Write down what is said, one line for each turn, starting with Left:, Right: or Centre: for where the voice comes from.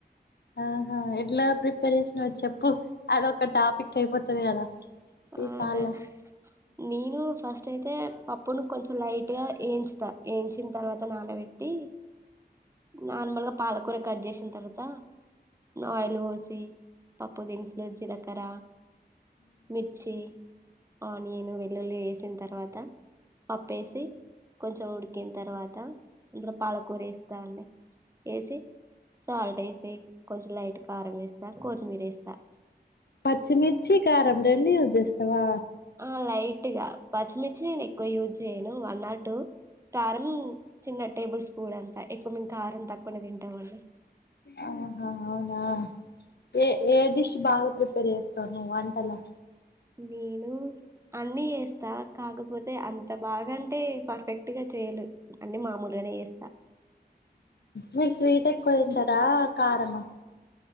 Left: ఆ ఆ ఎట్ల ప్రిపేర్ చేసినవ్ చెప్పు అదో ఒక్క టాపిక్ అయిపోతది కదా ఈ
Right: అవునా
Left: కాల్ల
Right: నేను ఫస్ట్ టై అయితే పప్పును కొంచెం లైట్గా ఏంచుతా ఏంయించిన్ తర్వాత నానబెట్టి నార్మల్గా పాలకూర కట్ జేసిన్ తర్వాత ఆయిల్ పోసి పప్పు దినుసులు జీలకర్ర మిర్చి ఆనియన్, వెల్లుల్లి ఏసిన్ తర్వాత పప్పేసి కొంచం ఉడికిన్ తర్వాత అందులో పాలకూర ఎస్తా అండి ఏసి సాల్ట్ ఏ కొంచెం లైట్ కారం ఏస్తా కొత్తిమీర్ ఏస్తా
Left: పచ్చిమిర్చి, కారం రెండు యూస్ చేస్తవా
Right: ఆ లైట్గా పచ్చిమిర్చి నేను ఎక్కువ యూజ్ చేయను. వన్ ఆర్ టూ కారం చిన్న టేబుల్ స్పూన్ అంతా ఎక్కువ మేం కారం తక్కువనే తింటాం అండి
Left: ఆహా అవునా ఏ ఏదిష్ భాగా ప్రిపేర్ చేస్తాను వంటలా
Right: నేను అన్నీ ఏస్తా కాకపోతే అంత బాగాంటే పర్ఫెక్ట్ గా చేయలు అన్ని మామూలుగానే ఏస్తా
Left: మీరు స్వీట్ ఎక్కువ తంటారా కారమా